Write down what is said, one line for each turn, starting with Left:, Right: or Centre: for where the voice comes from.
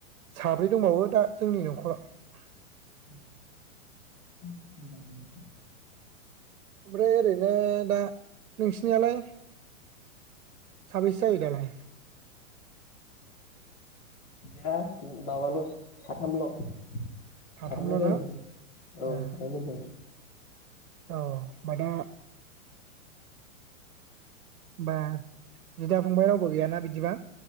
Right: साब्रै दंबावो दा जोंनि नखराव
Left: <unintelligible>
Right: ओमफ्राय ओरैनो दा नोंसिनियालाय साबेसे जायो दालाय
Left: दा माबाल' साथामल' साथामल'
Right: साथामल'
Left: जायो
Right: ना ए
Left: औ आइमोनजों
Right: औ बादा होमबा बिदा फंबाय रावबो गैयाना बिदिबा